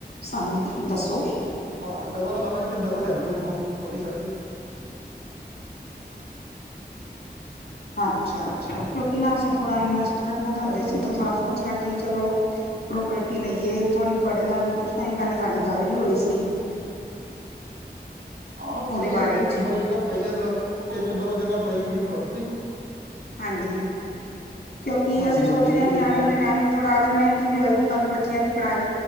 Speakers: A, on the left; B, on the right.
A: ਸਾਨੂੰ ਦੱਸੋਗੇ
B: ਹਾਂ ਡਬਲ ਚਾਲ ਨਹੀਂ ਤਾਂ ਡਬਲ ਹੈਗੇ ਟੋਫੀ ਸਾ
A: ਅੱਛਾ ਅੱਛ ਕਿਉਂਕਿ ਨਾ ਅਸੀਂ ਥੋੜਾ ਇਨਵੈਸਟ ਕਰਨਾ ਚਾਹੁੰਦੇ
B: ਅੱਜ ਕੱਲ
A: ਸੀ
B: ਦਾ
A: ਤਾਂ ਥੋੜਾ ਸੋਚਿਆ ਜੀ ਚਲੋ ਪ੍ਰੋਪਰਟੀ ਲਈਏ ਥੋੜ੍ਹੀ ਤੁਹਾਡੇ ਨਾਲ ਕੁਛ ਟਾਈਮ ਪਹਿਲੇ ਸਾਡੀ ਗੱਲ ਵੀ ਹੋਈ ਸੀ।
B: ਹਾਂ
A: ਉਹਦੇ
B: ਭ ਇਹ
A: ਬਾਰੇ ਚ
B: ਦੋ ਜਗ੍ਹਾ ਪਾਈ ਇੱਕ ਦੋ ਜਗ੍ਹਾ ਪਈ ਹੈ ਪ੍ਰੋਪਰਟੀ
A: ਹਾਂਜੀ, ਕਿਉਂਕਿ
B: ਹਾਂਜੀ
A: ਅਸੀਂ ਸੋਚ
B: ਹਾਂਜੀ
A: ਰਹੇ
B: ਇੱਕ
A: ਹਾਂ
B: ਦੋ
A: ਕਿ
B: ਜਗ੍ਹਾ
A: ਆਣੇ ਵਾਲੇ ਟਾਈਮ ਵਿੱਚ ਥੋੜ੍ਹਾ ਅਗਰ ਮਹਿੰਗੀ ਵੀ ਹੋਏਗੀ ਕੱਲ੍ਹ ਨੂੰ ਬੱਚਿਆਂ ਦੀ ਪੜ੍ਹਾਈ